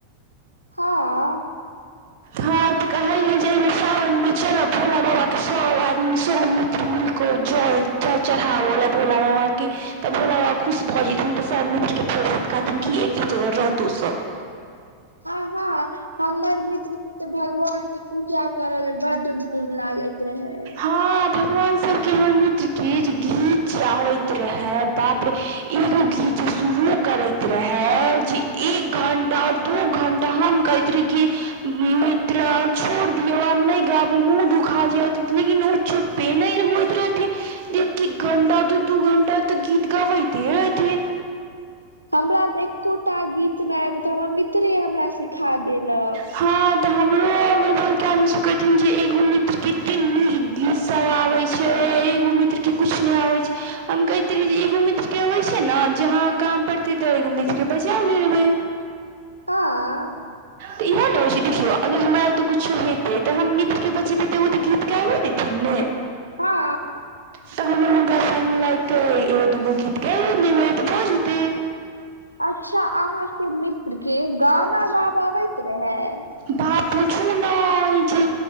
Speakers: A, on the left (about 80°); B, on the right (about 50°).
A: हँ। <inaudible>
B: हँ तऽ कहलियै जे मे सावन में चलय भोला बाबा के सब आदमी सब मित्र मिलके जल। जल चढ़ावैले भोला बाबा के। तब भोला बाबा खुश भऽ जथिन तऽ सब मिल के फेरसँ कहथिन कि एके जगह रहतो सब।
A: ह हँ हमर मित्र के तऽ भगवान के पूजा करय ले बड मोन लागैत रेहै।
B: ह भगवान सब के हमर मित्र के जे गीत जँ होइत रेहे बाप रे एगो गीत जे शुरूओ करैत रहे जे एक घंटा दु घंटा हम कहैत री कि मित्तर छोड़ दियौ आब नहि गाबु मुँह दुखा जायत लेकिन ओ चुपे नहि होत रहेथि। एक एख घंटा दू दू घंटा तऽ गीत गाबैते रहथिन।
A: हमरा तऽ एकोटा गीत नहि आब त हमरा मित्रे हमरा सिखा देलक।
B: हँ ते हमरो आगल बगल के आदमी सब कहथिन जे एगो मित्र कतेऽ नीक गीत सब आबै छै आ एगो मित्र के कुछ ने आवे छै। हम कहेत रिये जे एगो मित्र के आबै छै नऽ जेहाँ काम पड़ते तो एगो मित्र के बजा लेेबै।
A: हँ।
B: तऽ इएह ने होइ छै देखियौ अगर हमरा ओतऽ कुछो हेतै तऽ हम मित्र के बजेबै तऽ ओ तऽ गीत गाबै देथिन ने।
A: <unintelligible>
B: तऽ हमर हुनका संग लायके एगो दुगो गीत गैबै लेबय तऽ भऽ जेतै।
A: अच्छा अहाँके मित्र के गाना गाबऽ अबैत रहै?
B: बा पूछू नय जे